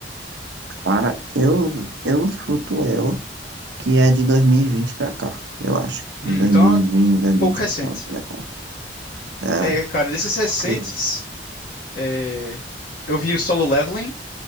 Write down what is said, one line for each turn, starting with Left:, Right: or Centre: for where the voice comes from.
Right: Para, eu, eu escuto ela, que é de 2020 pra cá, eu acho. 2020,
Left: Hum, então é um
Right: 2019
Left: pouco recente.
Right: pra cá. É,
Left: É, cara, desses recentes,
Right: porque.
Left: é, eu vi o Solo Leveling